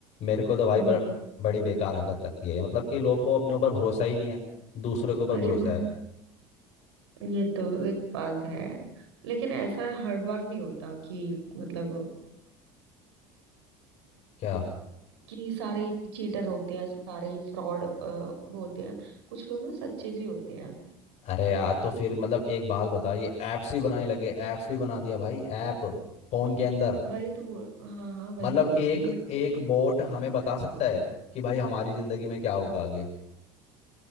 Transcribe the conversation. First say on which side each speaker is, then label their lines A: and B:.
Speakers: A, on the left; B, on the right.
A: मेरे को तो भाई
B: हम्म,
A: बर, बड़ी बेकार हरकत लगती है मतलब कि लोग को अपने ऊपर भरोसा ही नहीं है दूसरों के ऊपर
B: अरे
A: भरोसा
B: भाई
A: है
B: ये तो एक बात है लेकिन ऐसा हर बार नहीं होता कि मतलब
A: क्या
B: कि सारे ही चीटर होते हैं सारे ही फ्रॉड होते हैं कुछ लोग ना सच्चे भी होते हैं
A: अरे यार तो फिर मतलब एक बात बता ये ऐप्स ही बनाने लगे ऐप्स भी बना दिया भाई ऐप फोन के अंदर
B: वही तो बोल हाँ हाँ वही
A: मतलब
B: बोल
A: एक
B: रही हूँ लेकिन
A: एक बोट हमें बता सकता है कि भाई हमारी जिंदगी में क्या होगा आगे